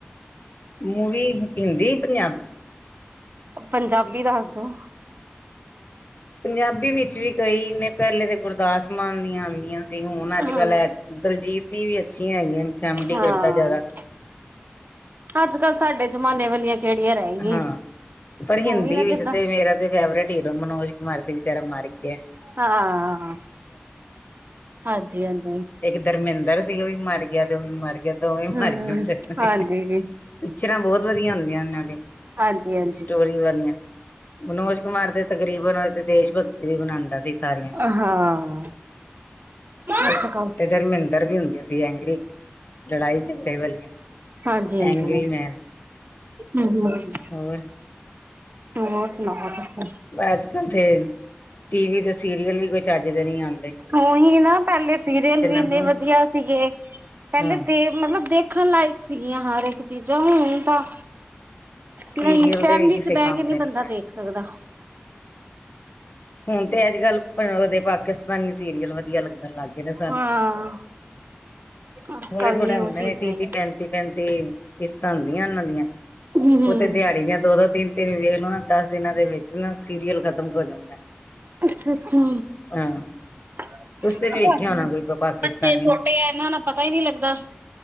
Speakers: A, on the left; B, on the right.
A: ਮੂਵੀ ਹਿੰਦੀ, ਪੰਜਾ
B: ਪੰਜਾਬੀ ਦੱਸ ਦੋ?
A: ਪੰਜਾਬੀ ਵਿੱਚ ਵੀ ਕਈ ਨੇ, ਪੈਲੇ ਤੇ ਗੁਰਦਾਸ ਮਾਨ ਦੀ ਆਂਦੀਆਂ ਅਨ। ਤੇ ਹੁਨ ਅੱਜ
B: ਹਾਂ
A: ਕੱਲ ਐ ਦਲਜੀਤ ਦੀ ਵੀ ਅੱਛੀਆਂ ਹੈਗੀਆਂ ਅਨ ਕੈਮਡੀ
B: ਹਾਂ
A: ਕਰਦੈ ਜਾਦਾ।
B: ਅੱਜ ਕੱਲ੍ਹ ਸਾਡੇ ਜ਼ਮਾਨੇ ਵਾਲੀਆਂ ਕਿਹੜੀਆਂ ਰਹਿ ਗਈਆਂ।
A: ਹਾਂ, ਪਰ ਹਿੰਦੀ
B: ਉਹੀ ਨਾ
A: ਵਿੱਚ
B: ਜਿੱਦਾਂ
A: ਤੇ ਮੇਰਾ ਤੇ ਫੈਵਰੇਟ ਹੀਰੋ ਮਨੋਜ ਕੁਮਾਰ ਤੇ ਵਿਚਾਰਾ ਮਰ ਗਿਆ।
B: ਹਾਂ- ਹਾਂਜੀ-ਹਾਂਜੀ।
A: ਏਕ ਦਰਮਿੰਦਰ ਸੀ ਓ ਵੀ ਮਰ ਗਿਆ, ਤੇ ਓ ਵੀ ਮਰ ਗਿਆ। ਕੇ ਦੋਵੇਂ
B: ਹੂੰ
A: ਮਰ ਗਏ ਉਹ ਚ
B: ਹਾਂਜੀ
A: ਪਿਕਚਰਾਂ ਬਹੁਤ ਵਦੀਆ ਹੁੰਦੀਆਂ ਉਹਨਾਂ ਦੀ
B: ਹਾਂਜੀ ਹਾਂਜੀ।
A: ਸਟੋਰੀ ਵਾਲੀਆਂ ਮਨੋਜ ਕੁਮਾਰ ਤੇ ਤਕਰੀਬਨ ਉਹ ਤੇ ਦੇਸ਼ ਭਗਤੀ ਫਿਰਈ ਬਨਾੰਦਾ ਸੀ ਸਾਰੀਆਂ
B: ਹਾਂ।
A: ਤੇ
B: ਅੱਛਾ
A: ਧਰਮਿੰਦਰ ਵੀ ਹੁੰਦੀਆਂ ਸੀ ਐਂਗਰੀ ਲੜਾਈ ਝਗੜੇ ਵਾਲੀਆਂ
B: ਹਾਂਜੀ
A: ਐਂਗਰੀ
B: ਹਾਂਜੀ
A: ਮੈਨ
B: ਹੂੰ-ਹੂੰ
A: ਹੋਰ
B: ਹੋਰ ਸੁਨਾਓ ਤੁਸੀ
A: ਅੱਜ ਕੱਲ ਤੇ ਟੀਵੀ ਤੇ ਸੀਰੀਅਲ ਵੀ ਕੁਝ ਚੱਜ ਦੇ ਨੀ ਆੰਦੇ
B: ਉਹੀ ਨਾ ਪਹਿਲੇ ਸੀਰੀਅਲ ਵੀ ਇੰਨੇ
A: ਮੂੰਹ
B: ਵਦੀਆ ਸੀਗੇ ਪਹਿਲੇ
A: ਹਾਂ
B: ਦੇਵ ਮਤਲਬ ਦੇਖਨ ਲਾਇਕ ਸੀਗੀਆਂ ਹਰ ਇੱਕ ਚੀਜ਼ਾਂ ਹੁਨ ਤਾ
A: ਸੀਰੀਅਲ
B: ਨਹੀਂ ਫੈਮਲੀ
A: ਦੇ ਵੀ ਕਿਸੇ
B: ਚ ਬਹਿ
A: ਕੰਮ
B: ਕੇ ਨੀ
A: ਦੇ
B: ਬੰਦਾ
A: ਹੈ
B: ਦੇਖ ਸਕਦਾ
A: ਹੁਨ ਤੇ ਅੱਜ ਕੱਲ ਉਹਦੇ ਪਾਕਿਸਤਾਨੀ ਸੀਰੀਅਲ ਵਦੀਆ ਲੱਗਨ ਲੱਗ ਗਏ ਨੇ।
B: ਹਾਂ। ਅੱਜ
A: ਥੋੜੇ
B: ਕੱਲ
A: ਥੋੜੇ
B: ਨੀ
A: ਹੁੰਦੇ
B: ਉਹ ਚੀਜ਼
A: ਨੇ ਤੀਹ-ਤੀਹ
B: ਰਹੀ
A: ਪੈਂਤੀ। ਤੀਹ ਪੈਂਤੀ ਕਿਸ਼ਤਾਂ ਹੁੰਦੀਆਂ ਉਹਨਾਂ ਦੀਆਂ
B: ਹਮ
A: ਉਹ ਤੇ ਦਿਹਾੜੀ ਦੀਆਂ ਦੋ- ਦੋ ਤਿੰਨ- ਤਿੰਨ ਵੇ ਵੇਖਲੋ ਦੱਸ ਦਿਨਾਂ ਦੇ ਵਿੱਚ ਨਾ ਸੀਰੀਅਲ ਖਤਮ ਹੋ ਜਾਂਦਾ
B: ਅੱਛਾ ਅੱਛਾ।
A: ਹਾਂ
B: ਤੁਹਾਡੇ
A: ਤੁਸੀਂ ਤੇ ਨੀ ਵੇਖਿਆ ਹੋਣਾ ਕੋਈ ਪਾਕਿਸਤਾਨੀ
B: ਬੱਚੇ ਛੋਟੇ ਆ ਇਹਨਾਂ ਨਾਲ ਪਤਾ ਹੀ ਨਹੀਂ ਲੱਗਦਾ